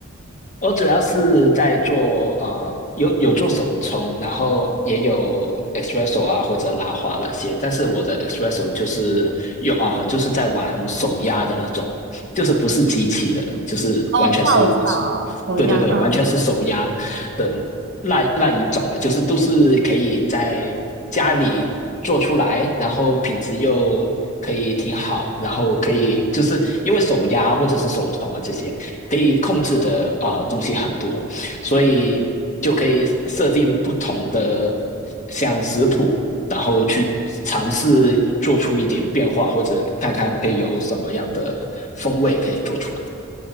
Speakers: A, on the left; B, on the right.
A: 我主要是在做呃，有有做手冲，然后也有 espresso 啊或者拉花那些，但是我的 espresso 就是有啊，就是在玩手压的那种，就是不是机器的，就是完全是，
B: 哦，我知道，我知道，手压，
A: 对对对，
B: 嗯。
A: 完全是手压的那那一种啊，就是都是可以在家里做出来，然后品质又可以挺好，然后可以就是因为手压或者是手冲啊这些可以控制的啊、呃东西很多，所以就可以设定不同的像食谱，然后去尝试做出一点变化，或者看看可以有什么样的风味可以做出来。